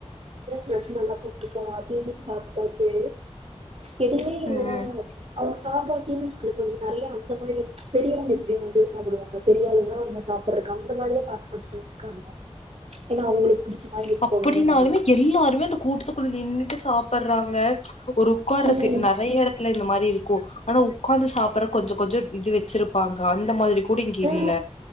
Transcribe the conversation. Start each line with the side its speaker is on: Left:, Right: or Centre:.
Right: பிரச்சன எல்லாம் கூப்பி இருக்கோம் அதயும் பாத்து பாத்த பாத்து எதுவுமே இல்ல
Left: ம் ம்
Right: அவுங்க சாப்பாட்டேமே ளுக்கு வந்து நெறய அந்த மாறி பெரியவங்க எப்டி வந்து சாப்புடுவாங்க பெரியவங்கல வந்து சாப்டடுற அந்த மாதிரிதா பாத்து பாத்து பன்னியிருக்காங்க ஏன்னா அவங்களுக்கு புடிச்ச மாரி இருக்கணு
Left: அப்டின்னாலுமே எல்லாருமே அந்த கூட்டத்துக்குள்ள நின்னுட்டு சாப்புடறாங்க ஒரு உக்கார இருக்கு
Right: ம்
Left: நறய எடத் துல இந்த மாரி இருக்கு ஆனா உக்கார்ந்து சாப்படுற கொஞ்ச கொஞ்ச இது வச்சிருப்பாங்க அந்த மாதிரி புடிகியில
Right: ஆ